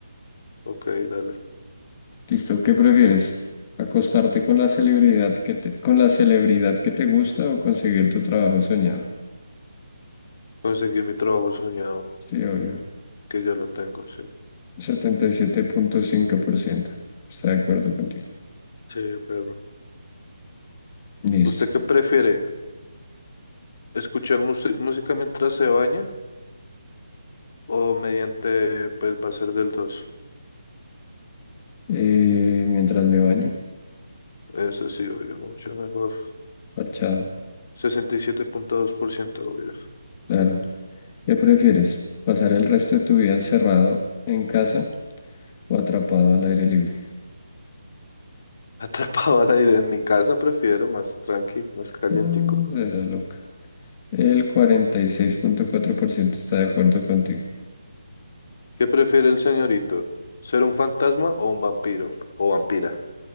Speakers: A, on the left (about 50°); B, on the left (about 25°).
A: Ok, dale.
B: Listo, ¿qué prefieres? ¿Acostarte con la celebridad que te, con la celebridad que te gusta o conseguir tu trabajo soñado?
A: Conseguí mi trabajo soñado,
B: Sí, obvio.
A: que ya lo tengo, sí.
B: setenta y siete punto cinco por ciento está de acuerdo contigo.
A: Sí, perro
B: Listo.
A: ¿Usted qué prefiere? ¿Escuchar mus- música mientras se baña? O mediante, pues va a ser del dos
B: Eh, mientras me baño,
A: Eso sí, obvio, mucho mejor.
B: parchado,
A: sesenta y siete punto dos por ciento obvio. <laughs>
B: claro. ¿Qué prefieres? ¿Pasar el resto de tu vida encerrado en casa o atrapado al aire libre?
A: Atrapado al aire en mi casa, prefiero más tranqui, más calientico.
B: No, será loca. El cuarenta y seis punto cuatro por ciento está de acuerdo contigo.
A: ¿Qué prefiere el señorito? ¿Ser un fantasma o un vampiro? O vampira.